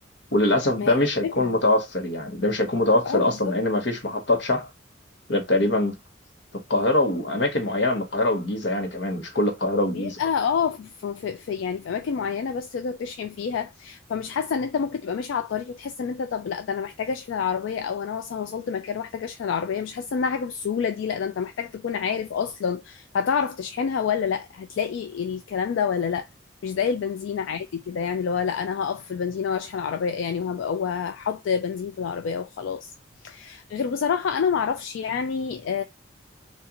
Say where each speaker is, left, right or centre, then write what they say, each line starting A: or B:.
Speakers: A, on the left; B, on the left.
A: وللاسف ده
B: ما هي
A: مش
B: دي
A: هيكون
B: الفكرة
A: متوفر يعني ده مش هيكون متوفر
B: اه بالظبط
A: اصلا لان ما فيش محطات شحن غير تقريبا في القاهره واماكن معينه من القاهره والجيزه يعني كمان مش كل القاهره والجيزه
B: بيبقى اه في, في, في يعني في اماكن معينه بس تقدر تشحن فيها فمش حاسه ان انت ممكن تبقى ماشي على الطريق وتحس ان انت طب لا ده انا محتاجه اشحن العربيه او انا مثلا وصلت مكان ومحتاجه اشحن العربيه مش حاسه انها حاجه بالسهوله دي لا ده انت محتاج تكون عارف اصلا هتعرف تشحنها ولا لا هتلاقي الكلام ده ولا لا مش زي البنزينه عادي كده يعني اللي هو لا انا هقف في البنزينه واشحن العربيه يعني وهب- وهحط بنزين في العربيه وخلاص غير بصراحه انا معرفش يعني